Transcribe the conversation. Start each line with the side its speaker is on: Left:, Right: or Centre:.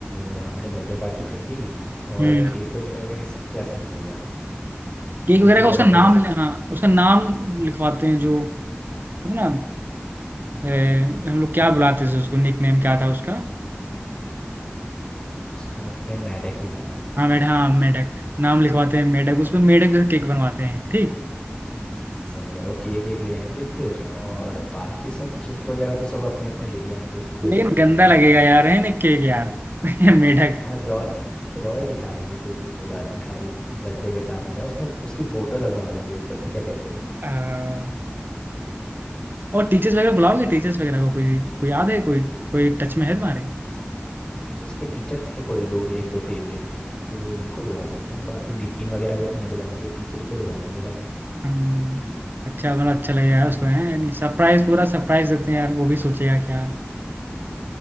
Left: अ, हमने बर्थडे पार्टी कर दी और
Right: हम्म
Left: केक वगैरह का कैसे क्या सीन रहेगा फिर
Right: केक
Left: केक
Right: वगैरह
Left: वगैरह
Right: का उसका नाम
Left: क्या पसंद है?
Right: हाँ उसका नाम लिखवाते हैं जो होता है ना ए, हम लोग क्या बुलाते थे उसको निक नेम क्या था उसका
Left: उसका निकनेम मैडक ही था
Right: हाँ मेढक हाँ मेढक नाम लिखवाते हैं मेढक उसमें मेढक का केक बनवाते हैं ठीक
Left: हम्म, सही कह रहे हो केक एक ले आएंगे फिर और बाकी सब गिफ्ट वगैरह तो सब अपने अपने ले ही आएंगे उसमें कोई
Right: लेकिन
Left: दिक्कत
Right: गंदा
Left: नहीं है
Right: लगेगा यार है ना केक यार <laughs> मेढक
Left: हाँ रॉय रॉय लिखा लेंगे कोई दिक्कत बात नहीं खाली बर्थडे पे कहा नहीं जाए उसमें उसकी फोटो लगवा लेंगे ऊपर से क्या कहते हो
Right: आ, और टीचर्स वगैरह बुलाओगे टीचर्स वगैरह को कोई कोई याद है कोई कोई टच में है तुम्हारे
Left: उस उसके टीचर थे कोई दो एक दो फेवरेट तो उनको बुला सकते हैं बाकी डीन वगैरह को तो नहीं बुलाएंगे टीचर ही को बुला लेंगे खाली
Right: हम्म, अच्छा मतलब अच्छा लगेगा यार उसको
Left: डीन
Right: है नहीं सरप्राइज पूरा सरप्राइज देते हैं यार वो भी सोचेगा क्या